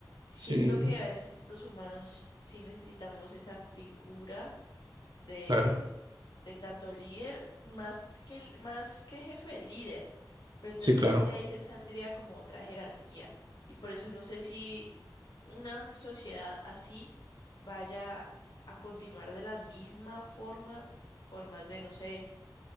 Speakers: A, on the left; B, on the right.
A: Siento
B: sí,
A: que a veces los humanos sí necesitamos esa figura de,
B: claro,
A: de tanto líder más que, el- más que jefe de líder. Pero entonces
B: sí,
A: no
B: claro.
A: sé si ahí se saldría como otra jerarquía. Y por eso no sé si una sociedad así vaya a continuar de la misma forma por más de, no sé